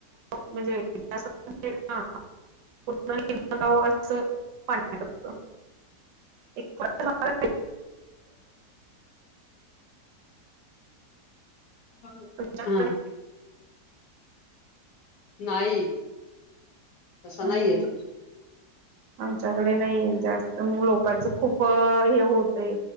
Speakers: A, on the right (about 70°); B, on the left (about 60°).
A: म्हणजे इ ह <unintelligible> चं पत वाटच <unintelligible>
B: हा <unintelligible>
A: पटल
B: ह.
A: <unintelligible>
B: नाही. तसा
A: हम्म.
B: नाही येत
A: आमच्याकडे नाही जास्त म लोकांचं खूप हे होतय.